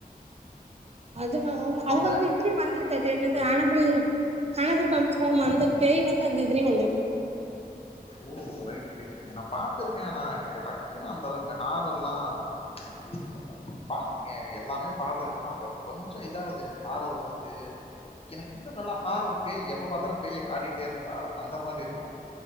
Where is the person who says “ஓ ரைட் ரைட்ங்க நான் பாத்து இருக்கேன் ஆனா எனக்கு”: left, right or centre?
Left